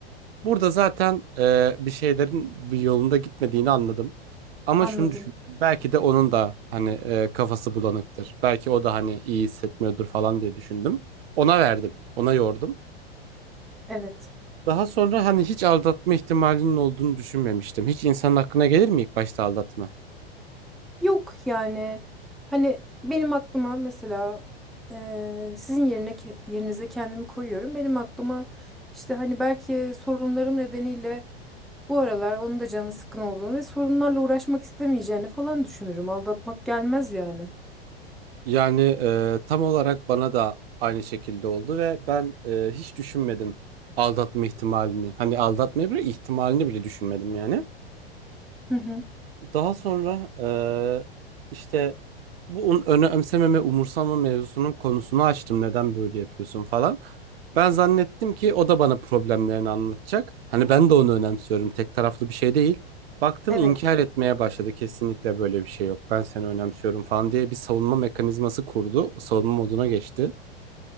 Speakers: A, on the right; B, in the centre.
A: Burada zaten e, bir şeylerin bir yolunda gitmediğini anladım. Ama
B: Anladım.
A: şunu düşündüm. Belki de onun da hani e, kafası bulanıktır. Belki o da hani iyi hissetmiyordur falan diye düşündüm. Ona verdim. Ona yordum.
B: Evet.
A: Daha sonra hani hiç aldatma ihtimalinin olduğunu düşünmemiştim. Hiç insanın aklına gelir mi ilk başta aldatma?
B: Yok yani hani benim aklıma mesela eee, sizin yerine ke- yerinize kendimi koyuyorum. Benim aklıma işte hani belki sorunlarım nedeniyle bu aralar onun da canı sıkkın olduğunu ve sorunlarla uğraşmak istemeyeceğini falan düşünürüm. Aldatmak gelmez yani.
A: Yani e, tam olarak bana da aynı şekilde oldu ve ben e, hiç düşünmedim aldatma ihtimalini. Hani aldatmayı bile ihtimalini bile düşünmedim yani.
B: Hı hı.
A: Daha sonra eee, işte bu un- önemsememe, umursamama mevzusunun konusunu açtım. Neden böyle yapıyorsun falan. Ben zannettim ki o da bana problemlerini anlatacak. Hani ben de onu önemsiyorum. Tek taraflı bir şey değil. Baktım
B: Evet.
A: inkar etmeye başladı. Kesinlikle böyle bir şey yok. Ben seni önemsiyorum falan diye bir savunma mekanizması kurdu. Savunma moduna geçti.